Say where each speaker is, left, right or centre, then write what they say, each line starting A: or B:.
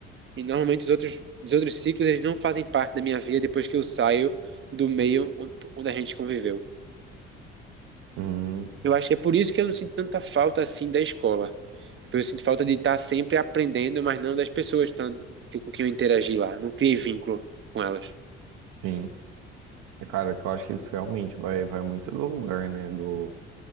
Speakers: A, on the right; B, on the right.
A: E normalmente os outros, os outros ciclos eles não fazem parte da minha vida depois que eu saio do meio onde a gente conviveu.
B: uhum,
A: Eu acho que é por isso que eu não sinto tanta falta assim da escola. Tipo, eu sinto falta de estar sempre aprendendo, mas não das pessoas tanto, que- com quem eu interagi lá. Não criei vínculo com elas.
B: sim. É, Cara, que eu acho que isso realmente vai, vai muito do lugar, né? Do,